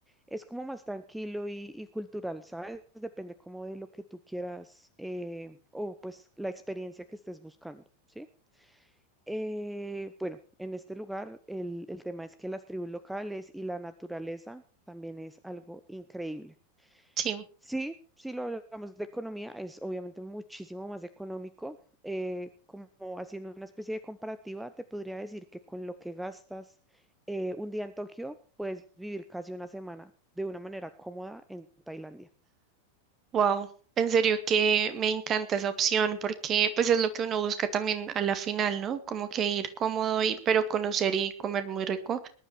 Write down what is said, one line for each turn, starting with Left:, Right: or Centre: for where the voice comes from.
Centre: es como más tranquilo y, y cultural, ¿sabes? Depende como de lo que tú quieras eh, o pues la experiencia que estés buscando, ¿sí? Eh, bueno, en este lugar el, el tema es que las tribus locales y la naturaleza también es algo increíble.
Right: sí.
Centre: Sí, si lo hablamos de economía, es obviamente muchísimo más económico. Eh, como haciendo una especie de comparativa, te podría decir que con lo que gastas eh, un día en Tokio, puedes vivir casi una semana de una manera cómoda en Tailandia.
Right: Wow. En serio que me encanta esa opción porque pues es lo que uno busca también a la final, ¿no? Como que ir cómodo y pero conocer y comer muy rico.